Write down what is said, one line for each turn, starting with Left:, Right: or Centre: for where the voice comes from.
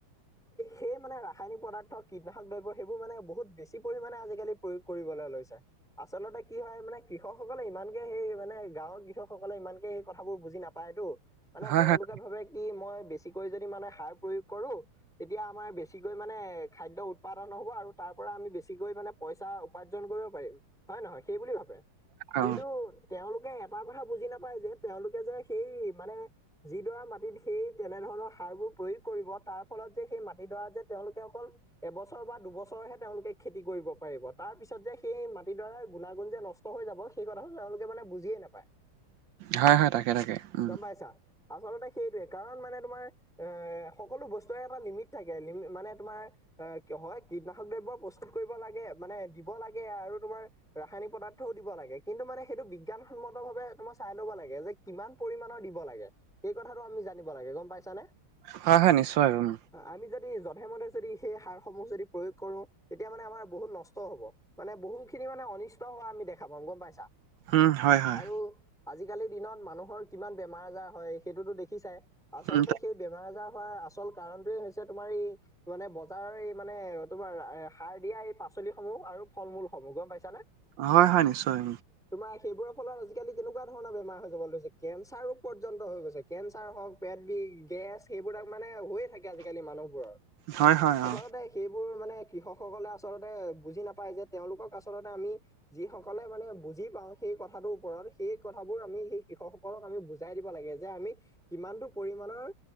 Centre: সেই মানে ৰাসায়নিক পদাৰ্থ কীটনাশক দ্ৰব্য সেইবোৰ মানে বহুত বেছি পৰিমাণে আজিকালি প্ৰয়োগ কৰিবলৈ লৈছে। আচলতে কি হয় মানে কৃষকসকলে ইমানকে সেই মানে গাঁৱৰ কৃষক সকলে ইমানকে সেই কথাবোৰ বুজি না পায়তো মানে
Right: হয়
Centre: তেওঁলোকে
Right: হয়
Centre: ভাবে কি মই বেছিকৈ যদি মানে সাৰ প্ৰয়োগ কৰো তেতিয়া আমাৰ বেছিকৈ মানে খাদ্য উৎপাদন হ'ব আৰু তাৰ পৰা আমি বেছিকৈ মানে পইচা উপাৰ্জন কৰিব পাৰিম হয় নহয় সেই বুলি ভাবে। কিন্তু
Right: অ
Centre: তেওঁলোকে এটা কথা বুজি নাপায় যে তেওঁলোকে যে সেই মানে যিডৰা মাটিত সেই তেনেধৰণৰ সাৰবোৰ প্ৰয়োগ কৰিব তাৰ ফলত যে সেই মাটিডৰাত যে তেওঁলোকে অকল এবছৰ বা দুবছৰহে তেওঁলোকে খেতি কৰিব পাৰিব তাৰ পিছত যে সেই মাটিডৰাৰ গুণাগুণ যে নষ্ট হৈ যাব সেই কথাটো তেওঁলোকে মানে বুজিয়েই নাপায়।
Right: হয়, হয় তাকে তাকে উম।
Centre: <unintelligible> আচলতে সেইটোৱে কাৰণ মানে তোমাৰ এ সকলো বস্তুৰে এটা লিমিট থাকে লি মানে তোমাৰ আহ হয় কীটনাশক দ্ৰব্য প্ৰস্তুত কৰিব লাগে মানে দিব লাগে আৰু তোমাৰ ৰাসায়নিক পদাৰ্থও দিব লাগে কিন্তু মানে সেইটো বিজ্ঞানসন্মত ভাবে তোমাৰ চাই লব লাগে যে কিমান পৰিমণৰ দিব লাগে এই কথাটো আমি জানিব লাগে গম পাইছানে?
Right: হয় হয় নিশ্চয় উম।
Centre: আমি যদি যধে মধে যদি সেই সাৰসমূহ যদি প্ৰয়োগ কৰো তেতিয়া মানে আমাৰ বহুত নষ্টও হব। মানে বহু খিনি মানে অনিষ্ট হোৱা আমি দেখা পাম গম পাইছা?
Right: উম হয় হয়
Centre: আৰু আজিকালিৰ দিনত মানুহৰ কিমান বেমাৰ আজাৰ হয় সেইটোতো দেখিচাই। আচলতে
Right: উম
Centre: সেই বেমাৰ আজাৰ হোৱাৰ আচল কাৰনটোয়ে হৈছে তোমাৰ এই মানে বজাৰৰ এই মানে তোমাৰ সাৰ দিয়া এই পাচলি সমূহ আৰু ফল মূলসমূহ গম পাইছানে।
Right: হয়, হয় নিশ্চয়।
Centre: তোমাৰ সেইবোৰৰ ফলত আজিকালি কেনেকুৱা ধৰণৰ বেমাৰ হৈ যাবলৈ ধৈছে কেঞ্চাৰ ৰোগ পৰ্যন্ত হৈ গৈছে। কেঞ্চাৰ হওক পেট বিষ গেছ সেইবোৰাক মানে হৈয়ে থাকে আজি কালি মানুহবোৰৰ।
Right: হয় হয়
Centre: আচলতে
Right: অ
Centre: সেইবোৰ মানে কৃষকসকলে আচলতে বুজি নাপায় যে তেওঁলোকক আচলতে আমি যি সকলে মানে বুজি পাওঁ সেই কথাটোৰ ওপৰত সেই কথাবোৰ আমি সেই কৃষক সকলক আমি বুজাই দিব লাগে যে আমি কিমানটো পৰিমান অহ